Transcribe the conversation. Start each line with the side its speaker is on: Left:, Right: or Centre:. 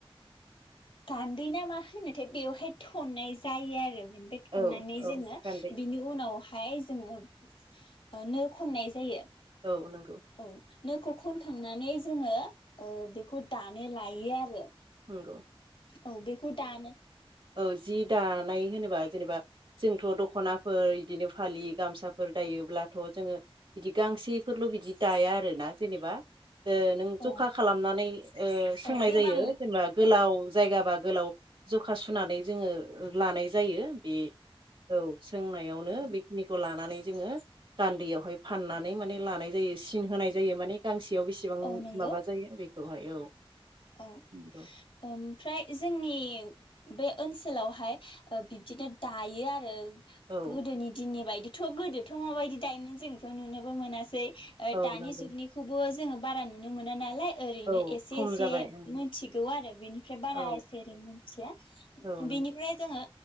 Left: गान्दै नामा होनोथाय बेवहाय थननाय जायो आरो ओमफाय थननानै
Right: औ औ
Left: जोङो
Right: गान्दै
Left: बिनि उनाव हाय जोङो ओ नो खननाय जायो
Right: औ नोंगौ
Left: औ नोखौ खनखांनानै जोङो ओ बेखौ दानो लायो आरो
Right: नोंगौ
Left: औ बेखौ दानो
Right: औ जि दानाय होनोबा जेनेबा जोंथ' दखनाफोर इदिनो फालि गामसाफोर दायोब्लाथ' जोङो बिदि गांसेफोरल' बिदि दाया आरोना जेनेबा नों जखा
Left: औ
Right: खालामनानै ओ सोंनाय
Left: औ गोबां
Right: जायो जेनेबा गोलाव
Left: औ
Right: जायगा बा गोलाव जखा सुनानै जोङो लानाय जायो। बे औ सोंनायावनो
Left: औ
Right: बेखिनिखौ लानानै जोङो गान्दैयावहाय फाननानै माने लानाय जायो सिन होनाय जायो माने गांसेयाव बेसेबां
Left: औ नंगौ
Right: माबा जायो बे दहाय औ
Left: औ
Right: नंगौ
Left: ओमफ्राय जोंनि बे ओनसोलावहाय बिदिनो दायो आरो।
Right: औ
Left: गोदोनि दिननि बायदि थ' गोदोथ' माबायदि दायोमोन जोंथ' नुनोबो मोनासै। ओ
Right: औ
Left: दानि
Right: नंगौ
Left: जुगनिखौबो जोङो बारा नुनो मोना नालाय ओरैनो
Right: औ
Left: एसे
Right: खम
Left: एसे
Right: जाबाय
Left: मोनथिगौ
Right: ओं
Left: आरो बेनिफ्राय बारा
Right: औ
Left: एसे एरै मोनथिया
Right: औ नंगौ
Left: बिनिफ्राय जोङो